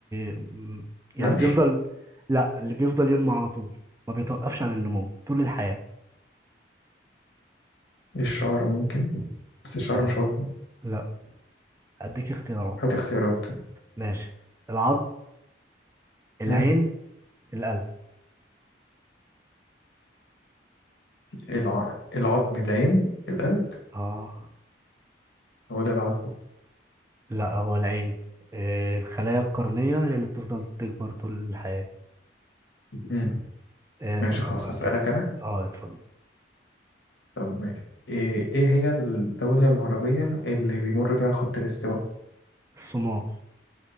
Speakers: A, on the right; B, on the left.
A: م- يعني
B: نمش
A: بيفضل لا اللي بيفضل ينمو على طول ما بيتوقفش عن النمو طول الحياة
B: الشعر ممكن بس الشعر
A: آه.
B: مش عضو
A: لا اديك اختيارات
B: هات اختيارات
A: ماشي العظم العين
B: مم.
A: القلب
B: الع... العظم العين القلب
A: اه
B: ولا العظم
A: لا هو العين آه الخلايا القرنية هي اللي بتفضل تكبر طول الحياة
B: مم.
A: آه
B: ماشي
A: دورك
B: خلاص
A: بقى
B: هسألك
A: انت
B: أنا
A: اه اتفضل
B: طب ماشي إيه إيه هي الدولة العربية اللي بيمر بيها خط الاستواء؟
A: الصمام